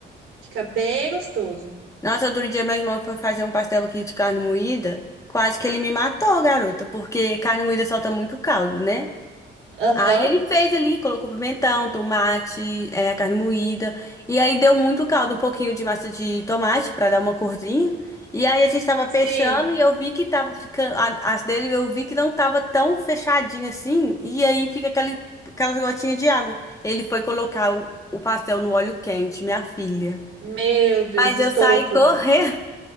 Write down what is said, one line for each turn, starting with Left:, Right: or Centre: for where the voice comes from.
Right: Fica bem gostoso.
Left: Nossa, outro dia minha irmã foi fazer um pastel aqui de carne moída. Quase que ele me matou, garota, porque carne moída solta muito caldo, né?
Right: Aham,
Left: Aí ele fez ali, colocou pimentão, tomate, é, carne moída. E aí deu muito caldo, um pouquinho de massa de tomate pra dar uma corzinha. E aí a gente tava
Right: sim.
Left: fechando e eu vi que tava ficando. a- As dele eu vi que não tava tão fechadinho assim. E aí fica aquele, aquelas gotinhas de água. Ele foi colocar o, o pastel no óleo quente, minha filha.
Right: Meu Deus,
Left: Mas
Right: estourou
Left: eu saí
Right: tudo.
Left: correndo,